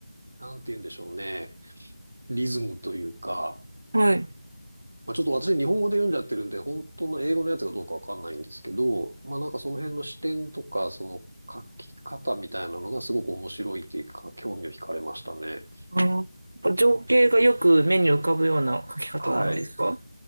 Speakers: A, on the right (about 80°); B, on the right (about 65°).
A: なんて言うんでしょうね。リズムというか、
B: はい。
A: まあ、ちょっと私日本語で読んじゃってるんで、本当の英語のやつがどうかわかんないんですけど、まあなんかその辺の視点とか、その書き方みたいなのがすごく面白いっていうか、興味を惹かれましたね。
B: あー、やっぱ情景がよく目に浮かぶような書き方なんですか
A: はい。